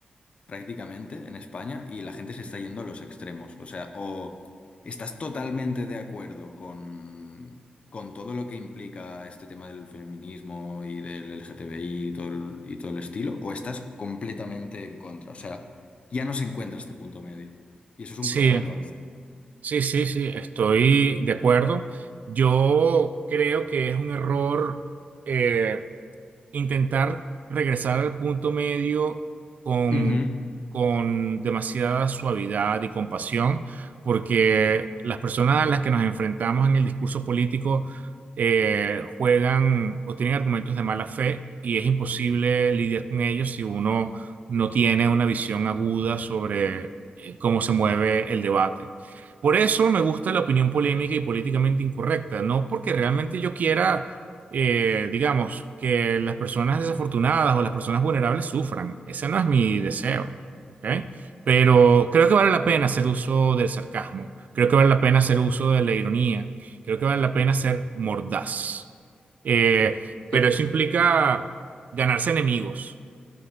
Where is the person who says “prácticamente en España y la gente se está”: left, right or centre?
Left